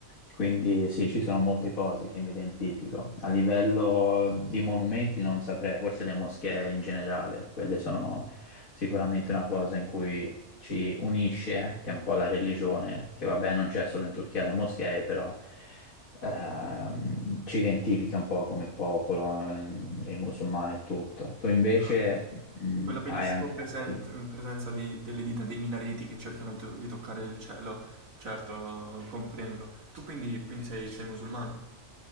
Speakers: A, on the left; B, on the right.
A: Quindi sì, ci sono molte cose che mi identifico. A livello di monumenti non saprei, forse le moschee in generale, quelle sono sicuramente una cosa in cui ci unisce, che è un po' la religione, che vabbè non c'è solo in Turchia le moschee, però ehm, ci identifica un po' come popolo, ehm, i musulmani e tutto. Tu invece
B: ah.
A: mh,
B: Quella bellissima
A: hai anche
B: presen-
A: altri.
B: presenza dei- delle dita dei minareti che cercano to- di toccare il cielo. Certo, comprendo. Tu quindi, quindi sei, sei musulmano?